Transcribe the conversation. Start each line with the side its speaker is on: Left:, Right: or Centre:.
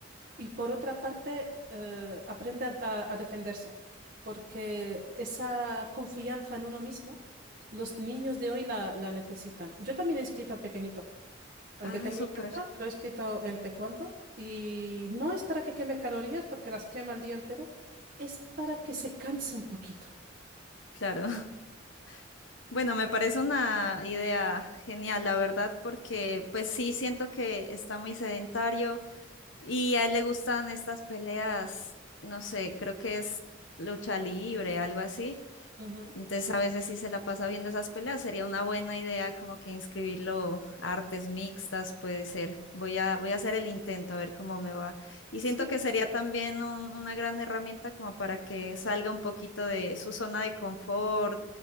Right: Y por otra parte, eh, aprende a, a a defenderse, porque esa confianza en uno mismo, los niños de hoy la, la necesitan. Yo también he inscrito al pequeñito, al
Left: Ah,
Right: que tengo
Left: súper,
Right: en casa, lo he inscrito en taekwondo, y no es para que queme calorías, porque las quema el día entero, es para que se canse un poquito.
Left: claro. <laughs> Bueno, me parece una idea genial, la verdad, porque pues sí siento que está muy sedentario. Y a él le gustan estas peleas, no sé, creo que es lucha libre, algo así.
Right: Ujú.
Left: Entonces a veces sí se la pasa viendo esas peleas, sería una buena idea como que inscribirlo a artes mixtas, puede ser. Voy a, voy a hacer el intento a ver cómo me va. Y
Right: Sí.
Left: siento que sería también un- una gran herramienta como para que salga un poquito de su zona de confort,